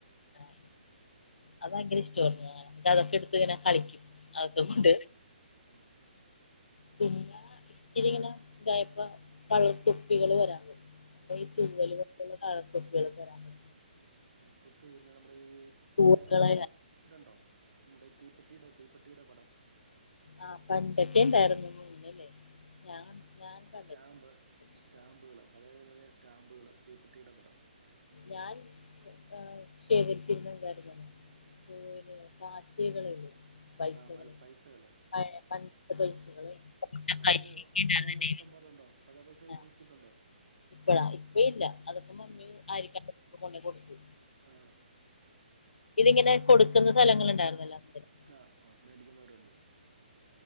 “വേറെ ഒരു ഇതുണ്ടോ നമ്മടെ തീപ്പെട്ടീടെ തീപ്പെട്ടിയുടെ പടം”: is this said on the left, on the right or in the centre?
Right